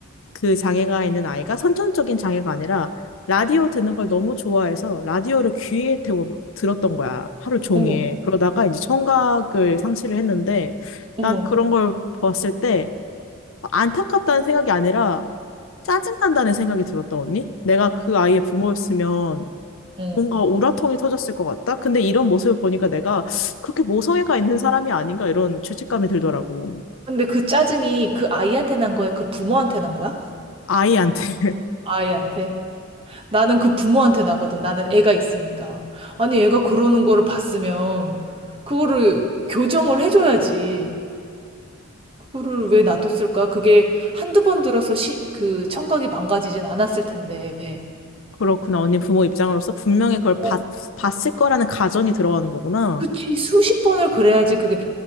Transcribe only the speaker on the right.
어머,
어머.
응.
근데 그 짜증이 그 아이한테 난 거야? 그 부모한테 난 거야?
아이한테. 나는 그 부모한테 나거든. 나는 애가 있으니까. 아니, 애가 그러는 거를 봤으면, 그거를 교정을 해줘야지. 그거를 왜 놔뒀을까? 그게 한두 번 들어서 시, 그 청각이 망가지진 않았을 텐데.
어,
그치. 수십 번을 그래야지 그게,